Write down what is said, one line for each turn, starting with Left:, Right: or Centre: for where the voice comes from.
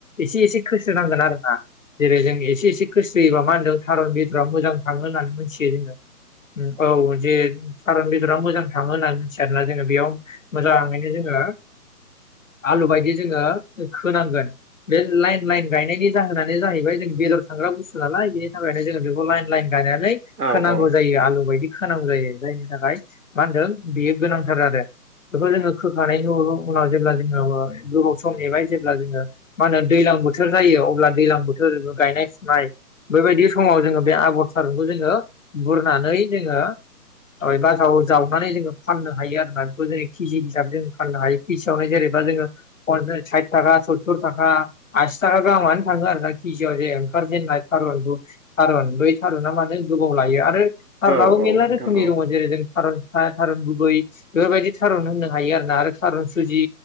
Left: एसे एसे खोस्रोनांगोन आरोना जेरै जों एसे एसे गोस्रोयोबा मा होनदों थारुन बेदरा मोजां थाङो होन्नानै मिथियो जोङो औ जे थारुन बेदरा मोजां थाङो होननानै मिथिया आरोना जोङो बेयाव मोजाङैनो जोङो आलु बायदि जोङो खोनांगोन बे लाइन लाइन गायनायनि जाहोनानो जाहैबाय जों बेदर सांग्रा बुस्थु नालाय बेनि थाखायनो जोङो बेखौ लाइन लाइन गायनानै
Right: औ
Left: खोनांगौ
Right: औ
Left: जायो आलु बायदि खोनांगौ जायो जायनि थाखाय मा होनदों बेयो गोनांथार जादों बेखौ जोङो खोखा उनाव जेब्ला जोङो गोबाव सम नेबाय जेब्ला जोङो मा होनो दैज्लां बोथोर जायो अब्ला दैज्लां बोथोर गायनाय फुनाय बेबायदि समाव जोङो बे आबर थारुनखौ जोङो बुरनानै जोङो बासाव जावनानै जोङो फाननो हायो आरोना बेखौ जोङो केजि हिसाबै जों फाननो हायो फिसावनो जेनेबा जोङो साइथ थाखा सत्थुर थाखा आसि थाखा गाहामानो थाङो आरोना केजियाव जे ओंखारजेननाय थारुनखौ थारुन बै थारुना मानो गोबाव लायो आरो
Right: औ नोंथां
Left: थारुनाबो मेरला रोखोमनि
Right: औ
Left: दङ जेरै जों थारुन था थारुन गुबै बेफोरबायदि थारुन होनो हायो आरोना आरो थारुन सुजि